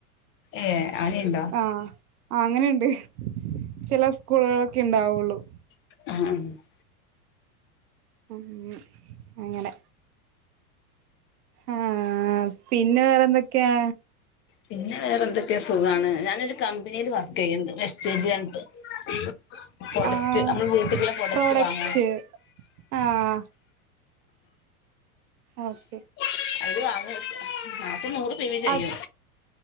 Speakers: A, on the left; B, on the right.
A: ഏഹ് അങ്ങനീയുണ്ടോ?
B: ആഹ് അങ്ങനീണ്ട് ചില സ്കൂളുകളൊക്കെ ഉണ്ടാവുള്ളൂ.
A: ആഹ്
B: ഉം അങ്ങനെ. ആഹ് പിന്നെ വേറെ എന്തൊക്കെയാ?
A: പിന്നെ വേറെന്തൊക്കെയാ സുഖാണ് ഞാനൊരു കമ്പനിയിൽ വർക്ക്യ്യ്ണ്ട്. ചേജി അർഞ്ഞിട്ട് പ്രൊഡക്റ്റ്
B: ആഹ്
A: നമ്മുടെ വീട്ടുള്ള പ്രൊഡക്റ്റ്
B: പ്രോഡക്റ്റ്
A: വാങ്ങ
B: ആഹ് ഓഹ്
A: <inaudible> മാസം നൂറ് <inaudible> ചെയ്യും
B: അത്